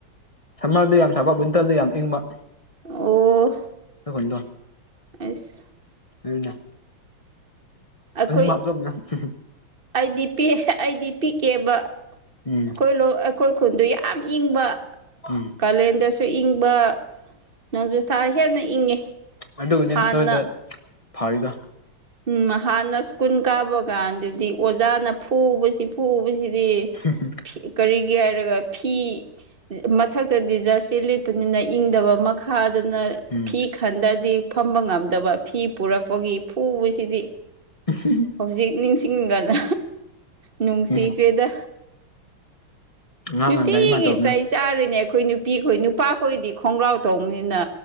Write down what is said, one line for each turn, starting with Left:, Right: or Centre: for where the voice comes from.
Left: ꯁꯝꯃꯔꯗ ꯌꯥꯝ ꯁꯥꯕ ꯋꯤꯟꯇꯔꯗ ꯌꯥꯝ ꯏꯪꯕ
Right: ꯑꯣ
Left: ꯑꯈꯣꯏ ꯈꯨꯟꯗꯣ
Right: ꯑꯩꯁ
Left: ꯑꯗꯨꯅꯦ
Right: ꯑꯩꯈꯣꯏ
Left: ꯑꯅꯤꯃꯛ ꯇꯧꯕꯅꯦ <unintelligible>
Right: ꯑꯩꯗꯤ ꯄꯤꯛ ꯑꯩꯗꯤ ꯄꯤꯛꯑꯦꯕ
Left: ꯎꯝ
Right: ꯑꯩꯈꯣꯏ ꯂꯣꯛ ꯑꯩꯈꯣꯏ ꯈꯨꯟꯗꯨ ꯌꯥꯝ ꯏꯪꯕ
Left: ꯎꯝ
Right: ꯀꯥꯂꯦꯟꯗꯁꯨ ꯏꯪꯕ ꯅꯣꯡꯖꯨꯊꯥ ꯍꯦꯟꯅ ꯏꯪꯉꯦ
Left: ꯑꯗꯨꯒꯤꯅꯦ
Right: ꯍꯥꯟꯅ
Left: ꯅꯣꯏꯗ ꯐꯔꯤꯗꯣ
Right: ꯎꯝ ꯍꯥꯟꯅ ꯁ꯭ꯀꯨꯜ ꯀꯥꯕ ꯀꯥꯟꯗꯗꯤ ꯑꯣꯖꯥꯅ ꯐꯨꯕꯁꯤ ꯐꯨꯕꯁꯤꯗꯤ
Left: ꯍꯝ ꯍꯨꯝ
Right: ꯀꯔꯤꯒꯤ ꯍꯥꯏꯔꯒ ꯐꯤ ꯃꯊꯛꯇꯗꯤ ꯖꯔꯁꯤ ꯂꯤꯠꯄꯅꯤꯅ ꯏꯪꯗꯕ ꯃꯈꯥꯗꯅ
Left: ꯎꯝ
Right: ꯐꯤ ꯈꯟꯗꯗꯤ ꯐꯝꯕ ꯉꯝꯗꯕ ꯐꯤ ꯄꯨꯔꯛꯄꯒꯤ ꯐꯨꯕꯁꯤꯗꯤ
Left: ꯎꯍꯝ ꯍꯝ
Right: ꯍꯧꯖꯤꯛ ꯅꯤꯡꯁꯤꯡ ꯀꯥꯟꯗ ꯅꯨꯡꯁꯤꯈ꯭ꯔꯦꯗ
Left: ꯎꯝ ꯉꯥꯏꯍꯥꯛꯅ
Right: ꯅꯨꯇꯤꯒꯤ
Left: ꯒꯥꯔꯤ ꯃꯥ ꯇꯧꯕꯅꯤ
Right: ꯆꯩ ꯆꯥꯔꯤꯅꯦ ꯑꯩꯈꯣꯏ ꯅꯨꯄꯤꯈꯣꯏ ꯅꯨꯄꯥꯈꯣꯏꯗꯤ ꯈꯣꯡꯒ꯭ꯔꯥꯎ ꯇꯧꯕꯅꯤꯅ